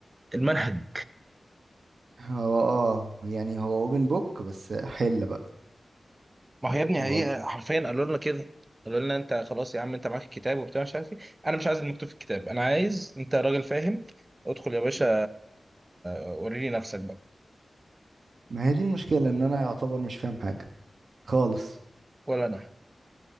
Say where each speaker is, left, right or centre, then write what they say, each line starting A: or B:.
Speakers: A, on the right; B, on the right.
A: المنهج
B: هو اه يعني هو اوبن بوك بس حل بقى
A: ما هو يا ابني
B: والله
A: هي حرفيا قالوا لنا كده قالوا لنا انت خلاص يا عم انت معاك الكتاب وبتاع مش عارف ايه انا مش عايز المكتوب في الكتاب انا عايز انت راجل فاهم ادخل يا باشا وريني نفسك بقى
B: ما هي دي المشكلة ان انا يعتبر مش فاهم حاجة خالص
A: ولا انا